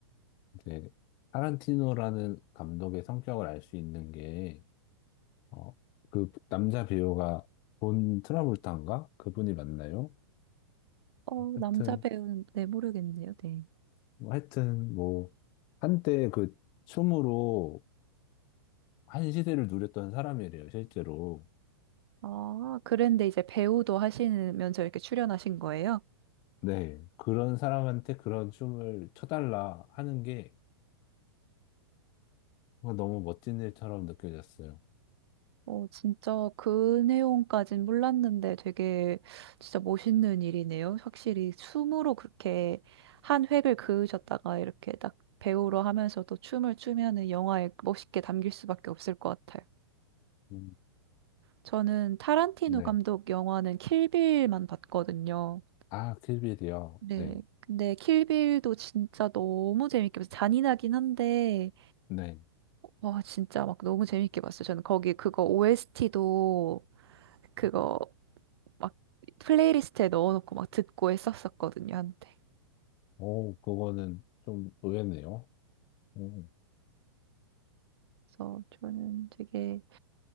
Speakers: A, on the left; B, on the right.
A: 이제 타란티노라는 감독의 성격을 알 수 있는 게, 어, 그 남자 배우가 본 트라볼타인가? 그분이 맞나요?
B: 어,
A: 하여튼,
B: 남자 배우는 네, 모르겠네요. 네.
A: 뭐 하여튼 뭐 한때 그 춤으로 한 시대를 누렸던 사람이래요, 실제로.
B: 아, 그런데 이제 배우도 하시면서 이렇게 출연하신 거예요?
A: 네, 그런 사람한테 그런 춤을 춰달라 하는 게 어, 너무 멋진 일처럼 느껴졌어요.
B: 어, 진짜 그 내용까진 몰랐는데 되게 진짜 멋있는 일이네요. 확실히 춤으로 그렇게 한 획을 그으셨다가 이렇게 딱 배우로 하면서도 춤을 추면은 영화에 멋있게 담길 수밖에 없을 것 같아요.
A: 음,
B: 저는 타란티노
A: 네.
B: 감독 영화는 킬빌만 봤거든요.
A: 아, 킬빌이요.
B: 네.
A: 네.
B: 근데 킬빌도 진짜 너무 재밌게 봐서 잔인하긴 한데
A: 네.
B: 와, 진짜 막 너무 재밌게 봤어요. 저는 거기 그거 OST도 그거 막 플레이리스트에 넣어놓고 막 듣고 했었었거든요, 한때.
A: 오, 그거는 좀 의외네요. 오,
B: 그래서 저는 되게